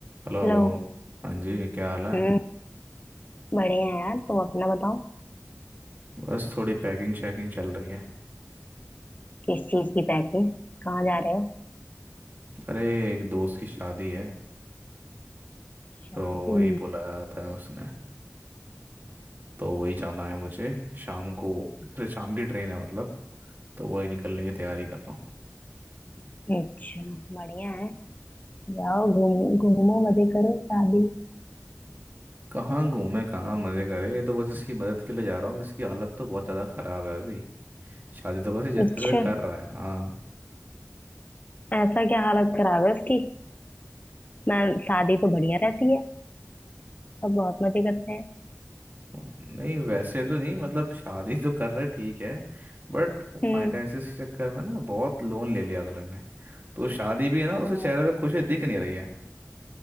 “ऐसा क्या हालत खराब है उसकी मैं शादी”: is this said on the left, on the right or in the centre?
Left